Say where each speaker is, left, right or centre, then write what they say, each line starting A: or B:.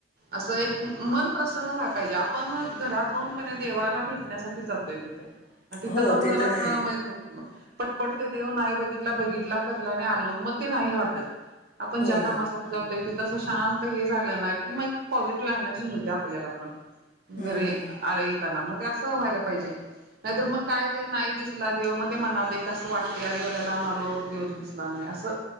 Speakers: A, on the right (about 55°); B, on the left (about 45°).
A: असं एक मन प्रसन्न व्हाय पाहिजे. आपण घरातून कणी देवाला भेटण्यासाठी. जाते तिथं तिथे
B: हो
A: जाऊन
B: ते तर
A: असं
B: आहे.
A: मन. पटपट ते देव नाही बघितला बघितला करला आणि आलो मग ते नाही वाटत. आपण ज्या
B: हो
A: कामासाठी
B: हो.
A: जातोय तिथ असं शांत. हे झालं ना की मग पॉझिटिव्ह एनर्जी मिळते आपल्याला पण
B: हं
A: घरी.
B: हं हं.
A: त्यांना मग ते असं व्हायला पाहिजे. नाहीतर मग काय ते नाही दिसला देव मग ते मनात एक असं वाटते. यार एवढ्या लांब आलो देवच दिसला नाही असं.